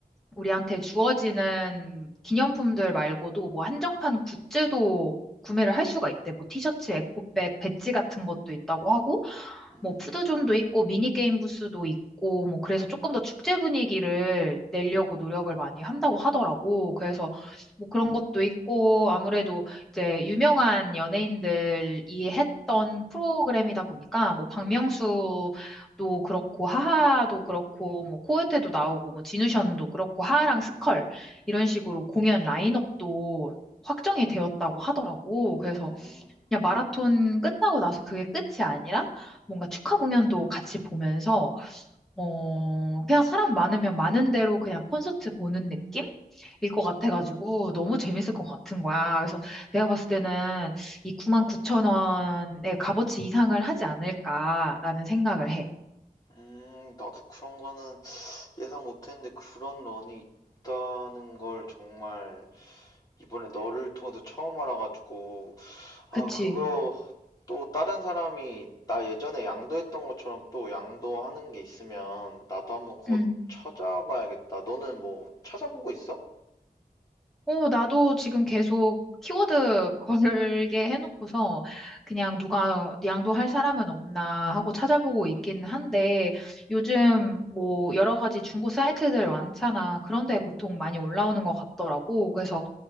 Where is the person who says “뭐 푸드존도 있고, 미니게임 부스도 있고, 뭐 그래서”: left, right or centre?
Centre